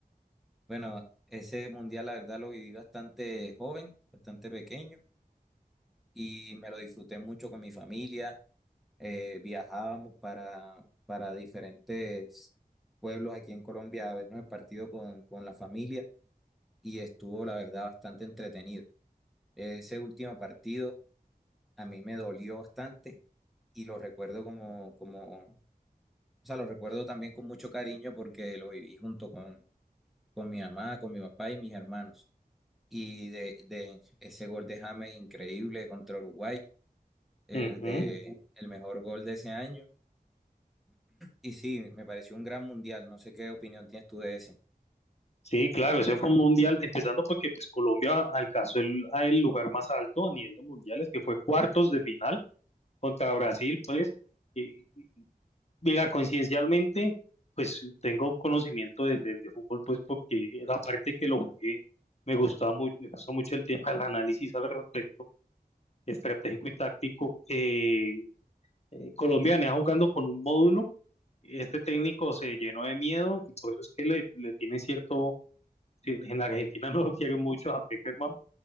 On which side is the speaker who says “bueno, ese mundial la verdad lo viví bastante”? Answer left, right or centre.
Centre